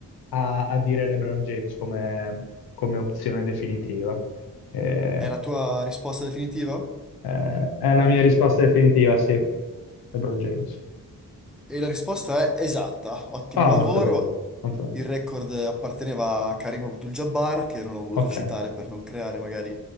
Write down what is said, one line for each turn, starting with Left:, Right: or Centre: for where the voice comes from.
Left: a, a dire LeBron James come, come opzione definitiva. Eh,
Centre: È la tua risposta definitiva?
Left: eh, è la mia risposta definitiva, sì. LeBron James.
Centre: E la risposta è esatta, ottimo
Left: Ah,
Centre: lavoro.
Left: molto bene, molto bene.
Centre: Il record apparteneva a Karim Abdul-Jabbar, che non ho voluto
Left: Ok.
Centre: citare
Left: Eh,
Centre: per non creare magari